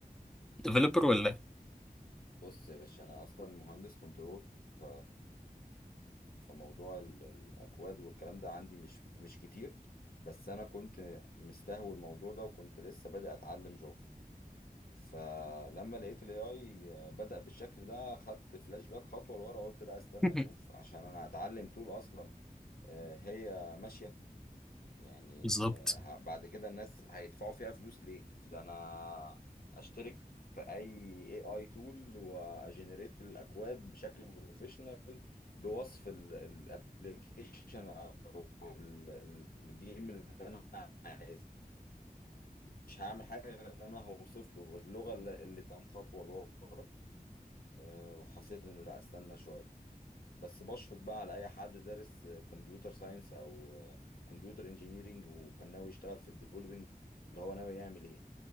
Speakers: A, in the centre; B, on the left.
A: الديفلوبر ولا ايه
B: بص يا باشا انا اصلا مهندس كنترول ف فموضوع ال- الاكواد والكلام ده عندي مش مش كتير بس انا كنت مستهوي الموضوع ده وكنت لسه بادئ اتعلم جافا فلما لقيت الاي اي بدأ بالشكل ده خدت فلاش باك خطوه لورا قلت لا استنى
A: <laughs>
B: اشوف عشان انا هتعلم طول اصلا آه، هي ماشيه يعني
A: بالظبط
B: آه، ه- بعد كده الناس هيدفعوا فيها فلوس ليه ده انا اشترك في اي اي اي تول واجنريت الاكواد بشكل بروفيشنال بوصف الابلكيشن او الجيم اللي انا عايزه مش هعمل حاجه غير ان انا هوصف له باللغه اللي اللي كام خطوه لورا أه، وحسيت انه لا استنى شويه بس بشفق بقى على اي حد دارس كمبيوتر ساينس او كمبيوتر انجينيرينج وكان ناوي يشتغل في الديفلوبينج اللي هو ناوي يعمل ايه